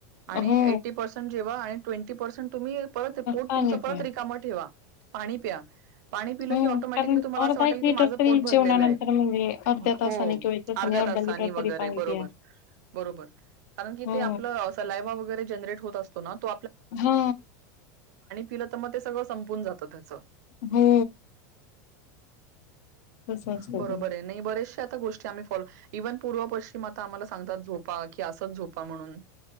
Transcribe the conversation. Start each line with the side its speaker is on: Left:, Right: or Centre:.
Right: आणि
Left: हो
Right: एटी-पर्सेंट जेवा आणि ट्वेंटी-पर्सेंट तुम्ही परत पोर्ट
Left: पाणी
Right: तुमच परत
Left: प्या.
Right: रिकाम ठेवा. पाणी प्या. पाणी पिलं
Left: हम्म
Right: की ऑटोमॅटिकली
Left: कारण
Right: तुम्हाला
Left: अर्धा
Right: असं वाटेल
Left: एक लिटर
Right: की माझं
Left: तरी
Right: पोट भरलेलं
Left: जेवणानंतर
Right: आहे.
Left: म्हणजे अर्ध्या
Right: हो
Left: तासाने किंवा एक तासाने
Right: अर्ध्या
Left: अर्धा
Right: तासानी
Left: लिटर
Right: वगैरे
Left: तरी पाणी
Right: बरोबर
Left: पिया.
Right: बरोबर. कारण की
Left: हो
Right: ते आपलं सलायवा वगैरे जनरेट होत असतो ना तो
Left: हा
Right: पलं तर मग ते सगळं संपून जात त्याच
Left: हो तसं असतं
Right: बरोबर
Left: ते
Right: आहे नाही बरेच गोष्टी आ् फॉलो इव्ह पूर्व पश्िम सात झो म्हण